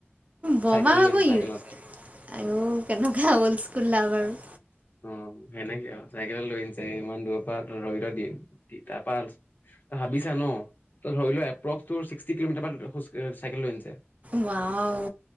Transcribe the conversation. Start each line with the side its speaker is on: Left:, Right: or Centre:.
Right: বমা
Left: চাইকেলত লৈ আহিছিল
Right: ভাগৰ
Left: চাইকেলত
Right: আৰু কেনেকুৱা হল স্কুল লাভাৰ <inaudible>
Left: অ সেনেকে আৰু চাইকেলত লৈ আনিছে ইমান দূৰৰ পৰা ধৰি থ দিম তাৰপ ত ভাবিছা ন ধৰি ল এপ্ৰক্স ছিক্সটি কিলোমিটাৰ চাইকেল লৈ আনিছে।
Right: ৱাও